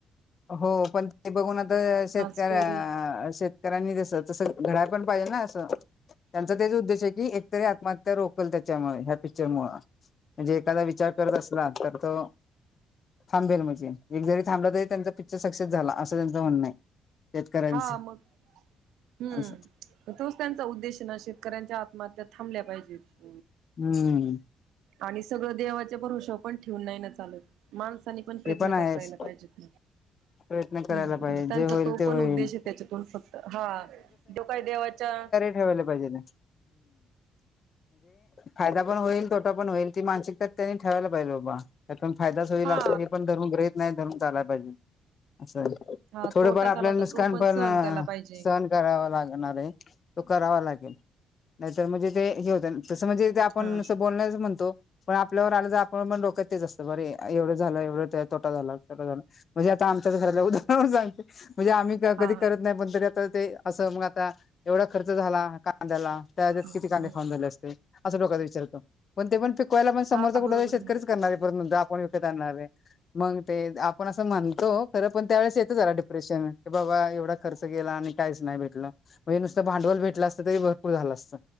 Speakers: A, on the left; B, on the right.
A: हो पण ते बघून आता शेतकऱ्या
B: स्टोरी
A: शेत ांनी तस तसं घड्या पण पाहिजे ना असं त्यांचा तेच उद्देश आहे किी एकतरी आत्महत्या रोकल त्याच्यामुळे ह्या पिक्चर मुळ म्हणजे एखादा विचार करत असला तर तो थांबेल म्हणजे एक जरी थांबलं तरी त्यांचा पिक्चर सक्सेस झाला असं त्यांचं म्हणणं आहे शेतकऱ्यांच
B: हा मग हम्म
A: असं
B: तोच त्यांचा उद्देश ना शेतकऱ्यांच्या आत्महत्या थांबल्या पाहिजेत
A: हम्म
B: आणि सगळं देवाच्या पण हुश पण ठेवून नाही ना चालत माणसानी पण प्रयत्न
A: ते आहेच
B: करायला पाहिजेत ना
A: प्रयत्न करायला
B: हम्
A: पाहिजे
B: त्यांचा
A: जे होईल
B: तो
A: ते होईल
B: पण उद्देश आहे त्याच्यातून फक्त हा जो काय देवाच्या
A: े पा म्हण फा हो ण होईल मानिक त्यांनी ठेवायला पाजे बाबा त्यात फायदाच होईल
B: हा
A: अस ण धर्म ग्रहित नाही धरून चालाय पाहिजे असं
B: हा
A: थोडं
B: तोटा
A: पण आपल्याला
B: झाला तर
A: नुकसान
B: तो
A: पण
B: सहन केला पाहिजे.
A: सण करावा लागणार आहे तो करावा लागेल नाहीतर म्हणजे ते हे होत तसं म्हणजे ते आपण
B: हा
A: असं बोलण्याच म्हणतो पण आपल्यावर आलं तर आपण पण डोक्यात तेच असतं बरे एवढं झालं एवढं तोटा झाला तोटा झाला म्हणजे आता आमच्याच घरातल्या उदाहरणावरून सांगतो म्हणजे आम्ही
B: हा
A: कधी करत नाही पण तरी आता ते असं म आता एवढा खर्च झाला. कांद्याला त्यात
B: हम्म
A: किती कांदे खाऊन झाले असते असं डोक्यात विचार येतो. पण ते पण पिकवायला पण समोरचा
B: हा
A: कुठला
B: बरोबर
A: तरी शेतकरीच
B: आहे ना.
A: करणार आहे परत आपण करणार आहे. मग ते आपण असं म्हणतो खरं पण त्यावेेळेस येतं जरा डिप्रेशन की बाबा एवढा खर्च गेला आणि काहीच नाही भेटलं म्हणजे नुसतं भांडवल भेटलं असतं तरी भरपूर झालं असतं